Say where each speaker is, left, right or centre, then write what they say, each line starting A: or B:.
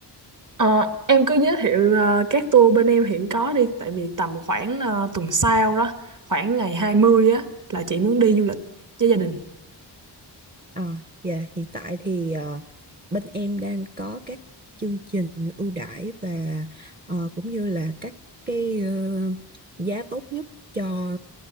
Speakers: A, on the right; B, on the right.
A: Ờ, em cứ giới thiệu ờ, các tour bên em hiện có đi, tại vì tầm khoảng ờ, tuần sau đó, khoảng ngày 20 á, là chị muốn đi du lịch với gia đình.
B: Ờ, dạ hiện tại thì ờ, bên em đang có các chương trình ưu đãi và ờ, cũng như là các cái ờ, giá tốt nhất cho